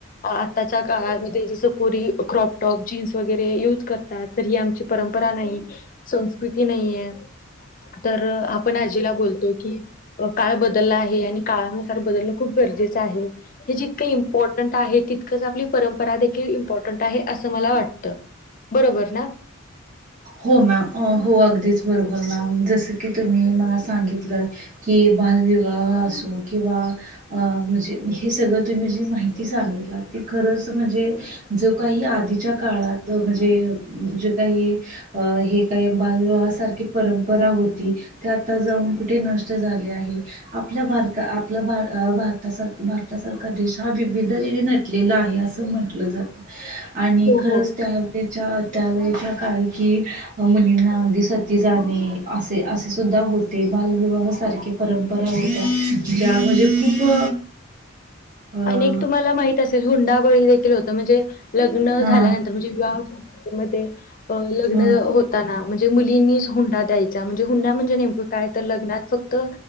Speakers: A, on the left; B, on the right.
A: आत्ताच्या काळामध्ये जसं पुरी क्रॉपटॉप जीन्स वगैरे युज करत ही आमची परंपरा नाही संस्कृती नाही आहे तर आपण आजीला बोलतो की काळ बदलला आहे आणि काळानुसार बदलणं खूप गरजेचं आहे हे जितकं इम्पॉर्टंट आहे तितकंच आपली परंपरा देखील इम्पॉर्टंट आहे असं मला वाटतं बरोबर ना
B: हो मॅम हो अगदीच बरोबर मॅम जसं की तुम्ही मला सांगितलं कि बालविवाह असो किंवा अ म्हणजे हे सगळं तुम्ही जी माहिती सांगितला ती खरंच म्हणजे जो काही आधीच्या काळात म्हणजे जे काही हे काही बालविवाहासारखी परंपरा होती ते आता जाऊन कुठे नष्ट झाले आहे आपल्या भारता आपला भारतासार भारतासारखा देश हा विविध रेने नट घलेलं आहे असं म्हटलं जातं आणि
A: हो
B: खरंच
A: हो
B: त्यावेळेच्या त्यावेेळेच्या काळखी मुलींना अगदी सती जाणे असे असे सुद्धा होते बालविवाह सारखे परंपरा होत्या ज्यामध्येणज खूप अ
A: अक तुम्हाला माहित असेल हुंडाबळी देखील हो म्हणजे लग्न
B: हा
A: झाल्यानंतर म्हणजे विवाह पद्धतीमध्ये लग्न
B: हा
A: म्हणजे मुलींच हुंडा द्यायचा णजे हुंड म्हणजे नेमक काय तर लग्नात फक्त